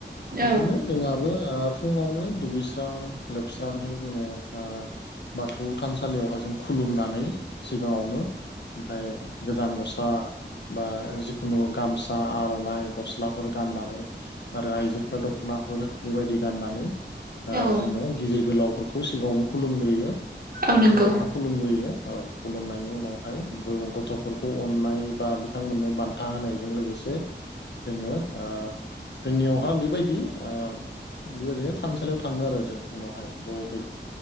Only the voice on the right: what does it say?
औ
औ
औ नंगौ